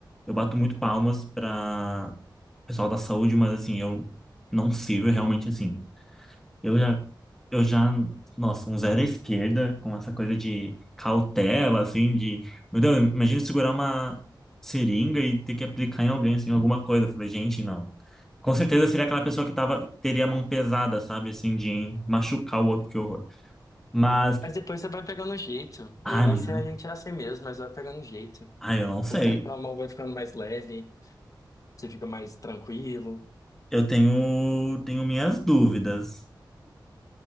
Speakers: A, in the centre; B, on the left.
A: eu bato muito palmas para pessoal da saúde, mas, assim, eu não sirvo realmente, assim. Eu já, eu já, nossa, um zero à esquerda, com essa coisa de cautela, assim, de, meu Deus, imagina segurar uma seringa e ter que aplicar em alguém, assim, alguma coisa. Eu falei, gente, não. Com certeza seria aquela pessoa que tava, teria a mão pesada, sabe, assim, de machucar o outro, que horror. Mas,
B: Mas depois você vai pegando o jeito.
A: ai,
B: No início
A: mas,
B: a gente é assim mesmo, mas vai pegando o jeito.
A: ai, eu não sei.
B: Com o tempo a mão vai ficando mais leve, você fica mais tranquilo.
A: Eu tenho, tenho minhas dúvidas.